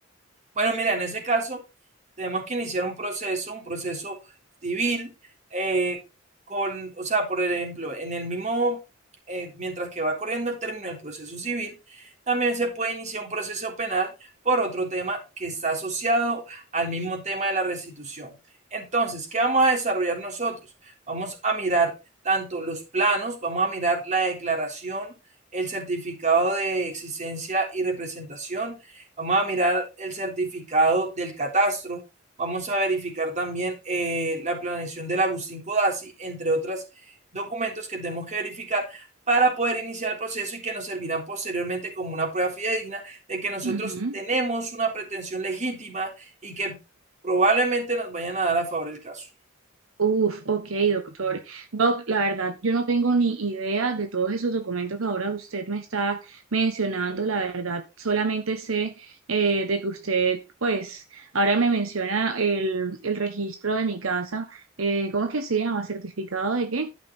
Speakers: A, on the right (about 35°); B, on the right (about 75°).
A: Bueno, mira, en ese caso tenemos que iniciar un proceso, un proceso civil, eh, con, o sea, por ejemplo, en el mismo, eh, mientras que va corriendo el término del proceso civil, también se puede iniciar un proceso penal por otro tema que está asociado al mismo tema de la restitución. Entonces, ¿qué vamos a desarrollar nosotros? Vamos a mirar tanto los planos, vamos a mirar la declaración, el certificado de existencia y representación Vamos a mirar el certificado del catastro. Vamos a verificar también eh, la planeación del Agustín Codazzi, entre otros documentos que tenemos que verificar para poder iniciar el proceso y que nos servirán posteriormente como una prueba fidedigna de que nosotros
B: Ujú.
A: tenemos una pretensión legítima y que probablemente nos vayan a dar a favor el caso.
B: Uf, ok, doctor. Doc, la verdad, yo no tengo ni idea de todos esos documentos que ahora usted me está mencionando. La verdad, solamente sé eh, de que usted, pues, ahora me menciona el, el registro de mi casa. Eh, ¿cómo es que se llama? ¿Certificado de qué?